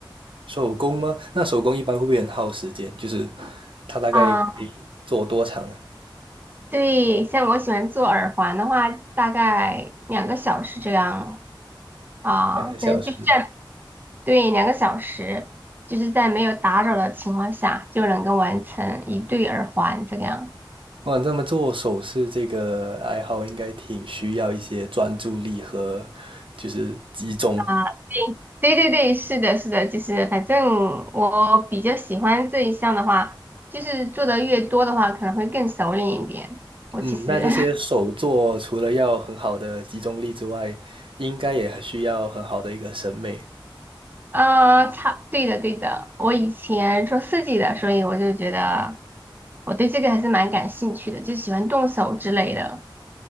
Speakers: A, on the right; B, on the right.
A: 手工吗？那手工一般会不会很耗时间？就是它大概可以做多长啊？
B: 啊。对，像我喜欢做耳环的话，大概两个小时这样啊，
A: 两个小时？
B: 在就是在对两个小时，就是在没有打扰的情况下就能够完成一对耳环这个样。
A: 我想这么做首饰这个爱好应该挺需要一些专注力和就是集中。
B: 啊，对对对对，是的，是的，就是反正我比较喜欢这一项的话，就是做的越多的话，可能会更熟练一点。我其实，
A: 嗯，那这些手作除了要很好的集中力之外，
B: <laughs>
A: 应该也需要很好的一个审美。
B: 呃，差，对的对的，我以前做设计的，所以我就觉得我对这个还是蛮感兴趣的，就喜欢动手之类的。